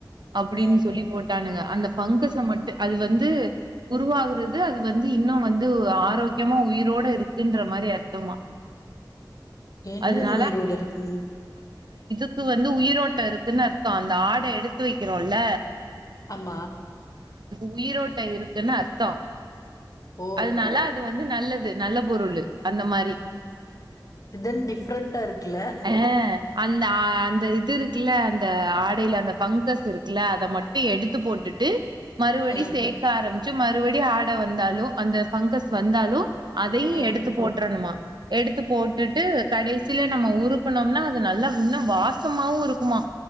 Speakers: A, on the right; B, on the left.
A: அப்படின்னு
B: ஆ
A: சொல்லி போட்டு ங்க அந்த பங்கஸ மட்டு அது வந்து உருவாகறது அது வந்து இன்னோ வந்து ஆரோக்கியமா உயிரோட இருக்குன்ற மாதிரி அர்த்தமா
B: என்னது
A: அதனால
B: உயிரோட இருக்கு
A: ப்பு வந்து உயிரோட்டோ இருக்குன்னு அர்த்தம் அந்த ஆட எடுத்து வைக்றோம்ல
B: அ
A: உயிரோட்டோ இருக்குன்னு அர்த்தம்
B: ஓ
A: அதனால அது வந்து நல்லத் அது நல்ல பொருளு அந்த மாரி
B: இதென் டிஃப்ரெண்டண்டா இருக்குல்ல
A: ஆ அந்த அந்த இது இருக்குல்ல அந்த ஆடைல அந்த பஃங்கஸ் இருக்குல்ல அத மட்டோ எடுத்து போட்டுட்டு டு மறுபடி
B: அ
A: சேக்க ஆரம்பிச் மறுபடியும் ஆடை வந்தாலோ அந்த பங்கஸ் வந்தாலோ அதையு
B: அ
A: எடுத்து போட்டுரணுமா எடுத்து போட்டுட்டு கடைசில நம்ம உறுக்குணோம்னா அது நல்லா இன்னும் வாசமாவோ இருக்குமா